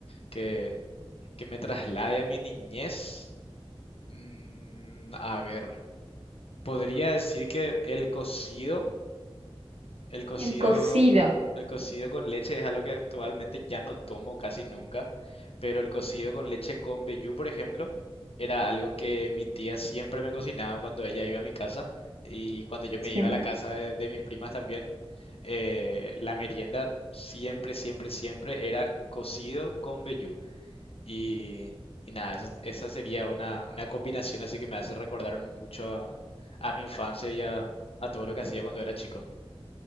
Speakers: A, on the left; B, on the right.
A: que, que me traslade a mi niñez, mm, a ver, podría decir que el cocido, El cocido,
B: El cocido.
A: el cocido con leche es algo que actualmente ya no tomo casi nunca, pero el cocido con leche con vellú, por ejemplo, era algo que mi tía siempre me cocinaba cuando ella iba a mi casa y cuando yo me
B: Sí.
A: iba a la casa de, de mis primas también. eh, la merienda siempre, siempre, siempre era cocido con vellú. Y, y nada, esa, esa sería una, una combinación así que me hace recordar mucho a, a mi infancia y a a todo lo que hacía cuando era chico.